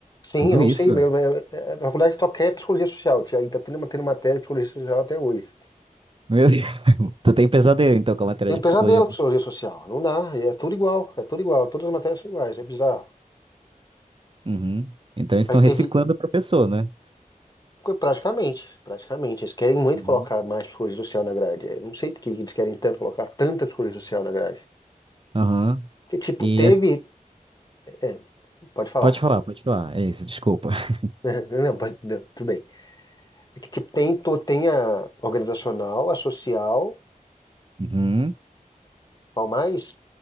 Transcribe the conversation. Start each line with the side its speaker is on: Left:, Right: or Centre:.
Left: Sim,
Right: Tudo
Left: eu não
Right: isso?
Left: sei, mas mas, é, a faculdade só quer psicologia social, ainda tem uma, tem matéria de psicologia social até hoje.
Right: Meu Deus. <laughs> Tu tem pesadelo, então, com a matéria
Left: Tem
Right: de
Left: um pesadelo
Right: psicologia.
Left: com psicologia social. Não dá. É tudo igual. É tudo igual. Todas as matérias são iguais. É bizarro.
Right: Uhum. Então, eles
Left: Aí
Right: estão
Left: teve.
Right: reciclando o professor, né?
Left: Praticamente, praticamente. Eles querem muito
Right: Uhum.
Left: colocar mais psicologia social na grade. É, não sei por que eles querem tanto colocar tanta psicologia social na grade.
Right: Aham.
Left: Porque, tipo,
Right: E
Left: teve.
Right: as-
Left: É, pode falar.
Right: pode falar, pode falar. É isso, desculpa. <laughs>
Left: <laughs> Não, pode, não, tudo bem. É que, tipo, tem, to- tem a organizacional, a social,
Right: Uhum,
Left: qual mais?